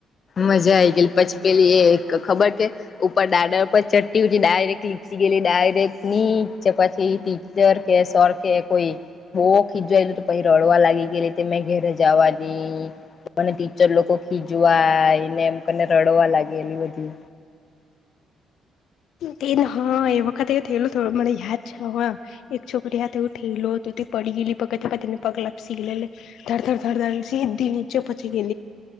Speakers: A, on the left; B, on the left.
A: મજા આઈ ગય પછી પેલી એ ખબર કે ઉપર દાડર ઉપર ચટટી ઉટી ડાયરેક્ટ ગયલી ડાયરેક્ટ નીચે પછી ટીચર કે સર કે કોઈ. બહ <unintelligible> તો <unintelligible> રડવા લાગી <unintelligible> મેં ઘેરે. જવા <unintelligible> ટીચર <unintelligible> ખીજવા ને એમને રડવા લાગે એલી બધી.
B: તે હા એ વખત એવું થયેલું થોડું મને યાદ છે, હ એક છોકરી હ એવું થયેલો હત. પડી ગેલી પગ પતિને પગલા શીગલે થર થર થડ સી દ નીચે પછી ગે